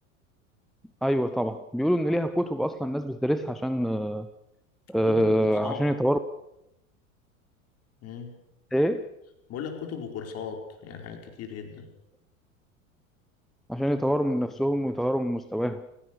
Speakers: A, in the centre; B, on the left.
A: ايوه طبعا بيقولوا ان ليها كتب اصلا الناس بتدرسها عشان آه
B: كتب وكورسات
A: عشان يطوروا
B: مم.
A: ايه
B: بقول لك كتب وكورسات يعني حاجات كتير جدا
A: عشان يطوروا من نفسهم ويطوروا من مستواهم